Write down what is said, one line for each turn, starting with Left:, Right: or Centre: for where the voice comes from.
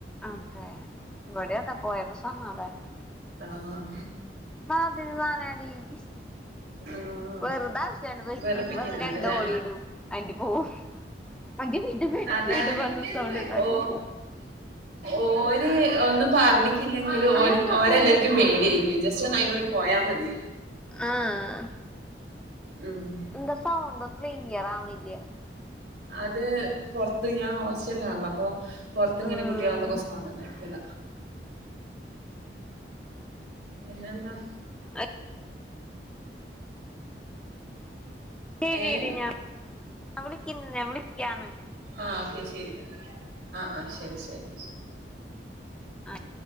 Centre: അതെ. ഇവിടെ അതേ പോയപ്പോ സമാധാനം.
Right: ആഹ് ആം.
Centre: വാതിൽ വാനാടി കിഷ്ടല്ല.
Right: ആഹ്
Centre: വെറുത ആവിശ്യല്ലാണ്ട് വരും.
Right: വെറുപ്പിക്കുന്നതല്ലേ
Centre: <unintelligible> വന്ന് രണ്ട് ഓളി ഇടും. <unintelligible> പോവും. <unintelligible> വരും
Right: അതാണ്
Centre: വീണ്ടും വന്നു സൗണ്ട് ണ്ടാക്കും
Right: ഓ
Centre: പോകും.
Right: ഓര് ഒന്നും പറഞ്ഞിക്കില്ലെങ്കിലും,
Centre: അവിടെ എന്താ
Right: ഓരെല്ലർക്കും
Centre: സൗണ്ട്
Right: പേടിയായി. കി ജസ്റ്റ് ഒന്ന് അയ്ലുടി പോയാ മതി.
Centre: ആഹ് ആഹ്.
Right: ഉം
Centre: ന്ത സൗണ്ട് ക്ലിയ്യറാവ്ണില്യ
Right: അത് പൊർത്ത് ഞാൻ ഹോസ്റ്റലിലാണല്ലോ അപ്പൊ പൊർത്ത്ങ്ങനെ
Centre: ആഹ്
Right: കുട്ടിയളെഎന്തൊക്കോ സൗണ്ട്ണ്ടാക്കിയതാ പിന്നെന്താ
Centre: അഅ് ശരി
Right: ഏഹ്
Centre: ഞാൻളിക്ക വിളിക്കാന്ന് <inaudible>
Right: ആ അക്ക് ശെരി ആഅ്ശെരി ശെരി
Centre: ആയ്